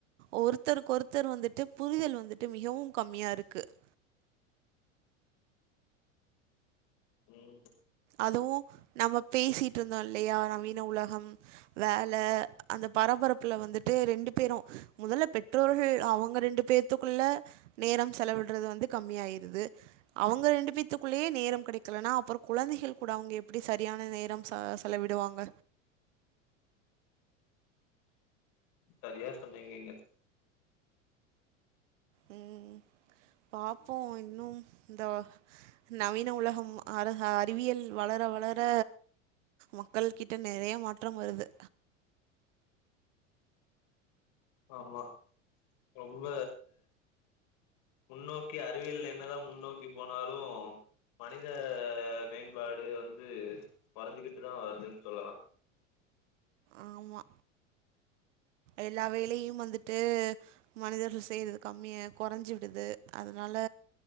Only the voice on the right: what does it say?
ஒருத்தருக்கு ஒருத்தர் வந்துட்டு புரிதல் வந்துட்டு மிகவு கம்மியா இருக்கு <inaudible>
அதுவு நம்ம பேசிட் இருந்தோ இல்லையா நவீன உலகம் வேல அந்த பரபரப்புல வந்துட்டு ரெண்டு பேரு மொதல்ல பெற்றோர்கள் அவங்க ரெண்டு பேத்துக்குள்ள நேரம் செலவிடுறது வந்து கம்மி ஆயிருது அவங்க ரெண்டு பேத்துக்குள்ளே நேரம் கடைக்கலனா அப்பறோ குழந்தைகள் கூட அவங்க எப்டி சரியான நேரம் ச செலவிடுவாங்க
ம் பாப்போ இன்னு இந்த நவீன உலகம் அ அறிவியல் வளர வள ர மக்கள் கிட்ட நிறைய மாற்றம் வருது
ஆமா எல்லா வேலையும் வந்துட்டு மனிதர்கள் செய்யறது கம்மிய கொறைஞ்சுடுது அதனா ல